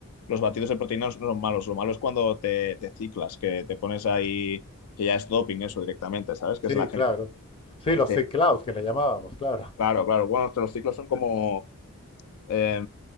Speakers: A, on the left; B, on the left.
A: los batidos de proteína no son malos, lo malo es cuando te, te ciclas, que te pones ahí, que ya es doping eso directamente, ¿sabes? Que
B: sí,
A: es la gente
B: claro.
A: que
B: Sí,
A: que
B: los
A: se...
B: ciclaos que le llamábamos, claro.
A: Claro, claro, bueno, es que los ciclos son como, eh,